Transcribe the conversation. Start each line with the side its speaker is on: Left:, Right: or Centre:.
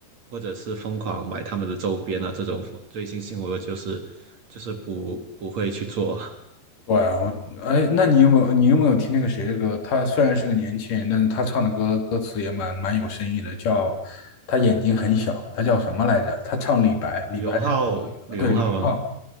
Right: 或者是疯狂买他们的周边啊，这种追星行为我就是就是不不会去做。
Left: 对啊，我哎，那你有没有你有没有听那个谁的歌？他虽然是个年轻人，但是他唱的歌歌词也蛮蛮有深意的，叫他眼睛很小，他叫什么来着？他唱李白，
Right: 李荣浩，
Left: 李白
Right: 李荣浩吗？
Left: 是对吕方，